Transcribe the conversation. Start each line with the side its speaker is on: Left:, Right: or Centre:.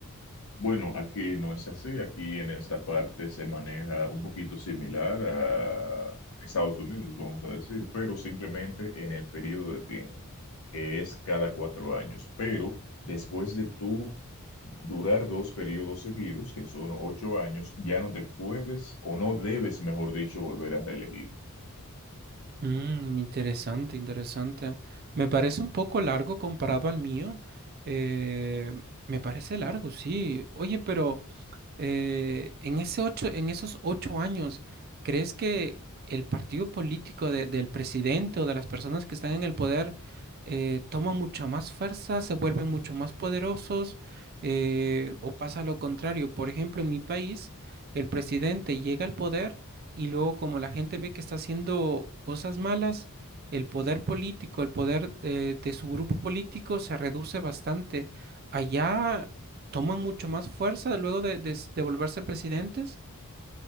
Left: Bueno, aquí no es así. Aquí en esta parte se maneja un poquito similar a Estados Unidos, vamos a decir, pero simplemente en el periodo de tiempo, que es cada cuatro años. Pero después de tú durar dos periodos seguidos, que son ocho años, ya no te puedes o no debes, mejor dicho, volver a reelegir.
Right: Mm, interesante, interesante. Me parece un poco largo comparado al mío. Eh, me parece largo, sí. Oye, pero eh, en ese ocho, en esos ocho años, ¿crees que el partido político de- del presidente o de las personas que están en el poder eh, toman mucha más fuerza, se vuelven mucho más poderosos eh, o pasa lo contrario? Por ejemplo, en mi país, el presidente llega al poder y luego como la gente ve que está haciendo cosas malas, el poder político, el poder de de su grupo político se reduce bastante. Allá toman mucho más fuerza luego de, de- de volverse presidentes.